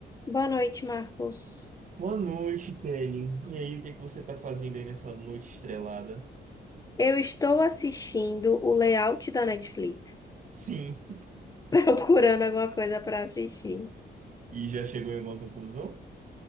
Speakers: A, on the left (about 20°); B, on the right (about 45°).
A: Boa noite, Marcos.
B: Boa noite, Kelly. E aí, o que é que você tá fazendo aí nessa noite estrelada?
A: Eu estou assistindo o layout da Netflix,
B: Sim.
A: <laughs> procurando alguma coisa para assistir.
B: E já chegou em alguma conclusão?